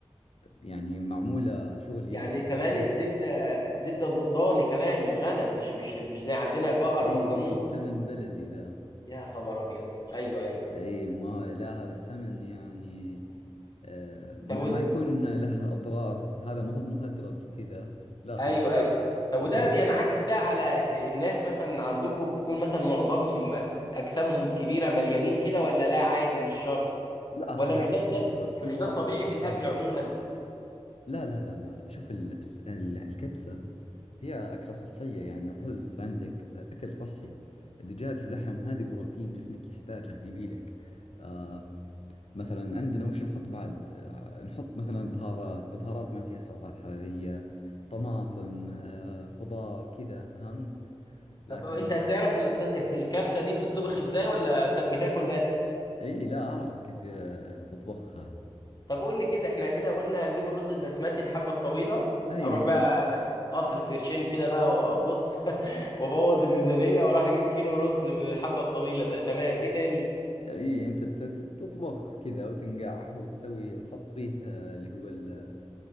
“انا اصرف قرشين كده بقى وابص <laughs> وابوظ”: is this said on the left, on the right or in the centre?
Left